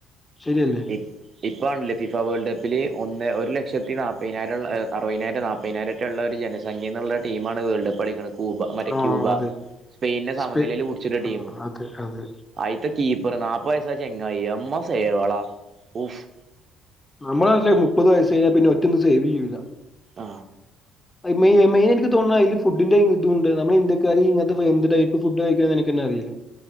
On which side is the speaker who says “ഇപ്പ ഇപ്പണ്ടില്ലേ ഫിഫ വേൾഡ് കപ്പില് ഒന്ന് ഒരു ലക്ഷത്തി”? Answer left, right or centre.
Right